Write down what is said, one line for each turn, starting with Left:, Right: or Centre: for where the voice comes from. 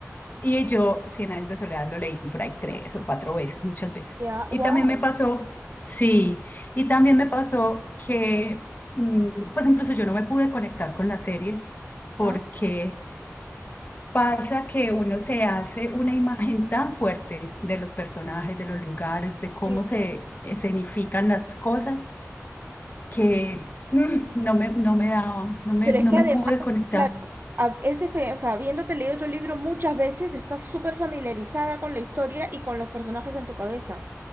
Left: Y yo cien años de soledad lo leí por ahí tres o cuatro veces, muchas veces.
Right: ya.
Left: Y
Right: Wow.
Left: también me pasó, sí, y también me pasó que mm, pues incluso yo no me pude conectar con la serie porque
Right: Ah,
Left: pasa que uno se hace una imagen tan fuerte de los personajes, de los lugares, de cómo
Right: sí.
Left: se escenifican las cosas, que mm, no me, no me daba, no me,
Right: Pero
Left: no
Right: es que
Left: me
Right: además,
Left: pude conectar.
Right: claro, a- ese, pe- o sea, habiéndote leído tu libro muchas veces, estás súper familiarizada con la historia y con los personajes en tu cabeza.